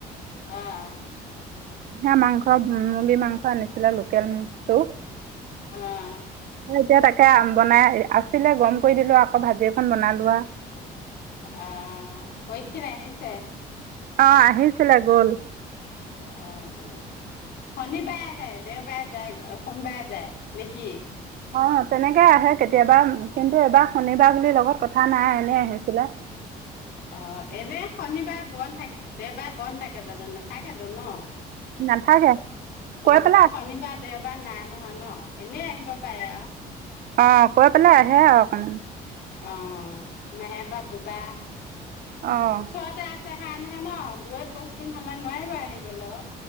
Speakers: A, on the left (about 70°); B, on the right (about 60°).
A: অ',
B: হেয়া মাংস মুৰ্গী মাংস আনিছিলে লোকেল টো
A: অ',
B: তেতিয়া তাকে বনাই আছিলে গৰম কৰি দিলো আকৌ ভাজি এখন বনালোৱা
A: অ', পৰীক্ষিত আহিছে।
B: অ', আহিছিলে গ'ল।
A: অ', অ', শনিবাৰে আহে দেওবাৰে যায়গৈ সোমবাৰে যায় নেকি?
B: অ', তেনেকে আহে কেতিয়াবা কিন্তু এইবাৰ শনিবাৰ বুলি লগত কথা নাই এনে আহিছিলে।
A: অ', এনে শনিবাৰে বন্ধ থাকে দেওবাৰে বন্ধ থাকে জানো নাথাকেতো ন।
B: নাথাকে
A: সিহঁতক
B: কৈ পেলাই
A: শনিবাৰ দেওবাৰ নাই ন। হয় ন। এনেই আহিব পাৰে আৰু
B: অ', কৈ পেলে আহে আৰু উ'ম।
A: অ', মেহেকত দুবাৰ
B: অ'
A: উৎসৱতে খা কানেহে ন দোৰত- পুষ্টিং হ'লে নোৱাৰিব আহিব। গলো।